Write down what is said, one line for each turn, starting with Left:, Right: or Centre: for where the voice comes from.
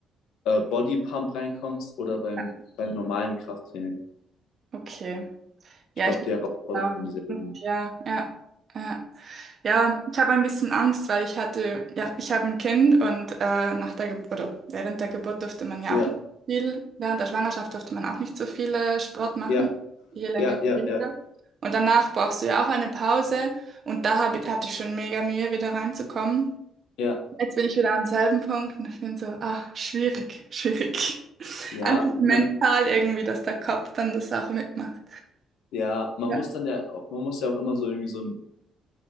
Left: äh, Bodypump reinkommst oder beim,
Right: Ja,
Left: beim normalen Krafttraining.
Right: Okay. Ja,
Left: Ich glaube,
Right: ich
Left: die Herausforderungen
Right: glaube.
Left: sind dieselben.
Right: Ja, ja, ja. Ja, ich habe ein bisschen Angst, weil ich hatte, ja, ich habe ein Kind und äh, nach der Geburt oder während der Geburt durfte man ja
Left: Ja,
Right: auch nicht so viel, während der Schwangerschaft durfte man auch nicht so viel äh, Sport machen,
Left: ja,
Right: je länger,
Left: ja,
Right: je
Left: ja,
Right: weniger.
Left: ja,
Right: Und danach brauchst du ja auch eine Pause und da hab, ich- hatte ich schon mega Mühe, wieder reinzukommen.
Left: ja,
Right: Jetzt bin ich wieder am selben Punkt und ich bin so, ah, schwierig, <laughs> schwierig.
Left: ja,
Right: Einfach mental
Left: man,
Right: irgendwie, dass der Kopf dann das auch mitmacht.
Left: ja, man
Right: Ja,
Left: muss dann ja auch, man muss ja auch immer so irgendwie so einen,